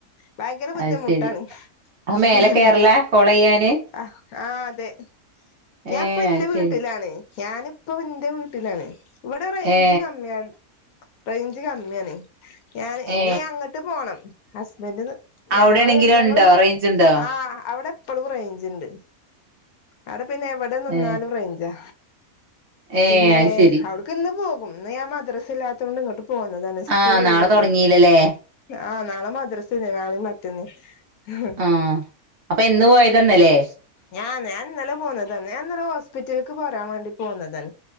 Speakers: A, on the left; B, on the right.
A: ഭയങ്കര ബുദ്ധിമുട്ടാണ്
B: അത് ശരി അത് മേലെ
A: ഹാ...
B: കേറല കോളെയ്യാന്
A: ആ ആ അതെ ഞൻപ്പ
B: ഏ
A: ന്റെ
B: അത്
A: വീട്ടിലാണ്
B: ശരി
A: ഞാനിപ്പ ന്റെ വീട്ടിലാണ് ഇവിടെ റേഞ്ച്
B: ഏ
A: കമ്മിയാ റേഞ്ച് കമ്മിയാണെ.. ഞാൻ.. ഇനി
B: ഏ
A: അങ്ങട്ട് പോണം. ഹസ്ബന്റ് ഞങ്ങള്..
B: അവിടെയാണെങ്കിലോ
A: ഞങ്ങള്..
B: ഇണ്ടോ റേഞ്ച് ഇണ്ടോ
A: ആ.. അവിടെപ്പളും റേഞ്ചിണ്ട്. അവിടെ പിന്നെ എവിടെ നിന്നാലും
B: ഏ
A: റേഞ്ചാ.
B: ഏ
A: പിന്നെ...
B: അത് ശരി
A: അവിടുക്കിന്ന് പോകും.. ന്ന് ഞാൻ മദ്രസില്ലാ ത്തോണ്ടിങ്ങട്ട് പോന്നതാണ് ഉസ്കൂളൊയ്
B: ആഹ് നാളെ
A: വല്ലേ...
B: തൊടങ്ങീലല്ലേ
A: ആഹ്.. നാളെ മദ്രസില്ലെ.. നാളീം.. മറ്റന്നെ ഹ്ഹും..
B: ആഹ് അപ്പൊ എന്ന് പോയതാന്നല്ലേ
A: ഞാ.. ഞാൻ ന്നലെ പോന്നതാന്ന്. ഞാന്നലെ ഹോസ്പിറ്റൽക്ക് പോരാൻ വേണ്ടി പോന്നതാണ്.